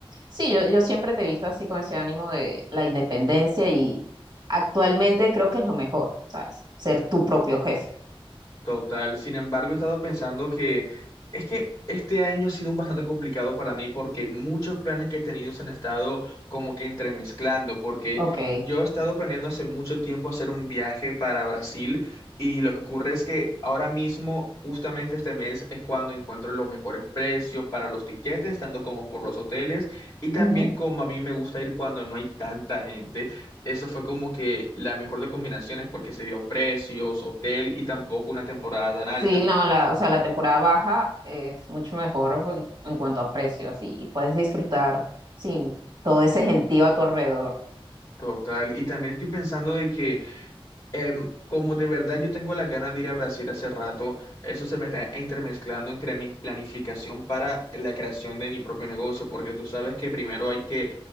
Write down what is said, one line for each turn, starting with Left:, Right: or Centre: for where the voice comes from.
Right: Sí, yo, yo siempre te he visto así con ese ánimo de la independencia y actualmente creo que es lo mejor, ¿sabes? Ser tu propio jefe.
Left: Total. Sin embargo, he estado pensando que es que este año ha sido bastante complicado para mí porque muchos planes que he tenido se han estado como que entremezclando, porque
Right: Ok.
Left: yo he estado planeando hace mucho tiempo hacer un viaje para Brasil y lo que ocurre es que ahora mismo, justamente este mes, es cuando encuentro los mejores precios para los tiquetes, tanto como por los hoteles y también
Right: ujú.
Left: como a mí me gusta ir cuando no hay tanta gente eso fue como que la mejor de combinaciones porque se dio precios, hotel y tampoco una temporada tan alta.
Right: Sí, no, la, o sea, la temporada baja es mucho mejor en, en cuanto a precios y puedes disfrutar, sí, todo ese gentío a tu alrededor.
Left: Total. Y también estoy pensando de que em, como de verdad yo tengo la ganas de ir a Brasil hace rato, eso se me está entremezclando entre mi planificación para la creación de mi propio negocio, porque tú sabes que primero hay que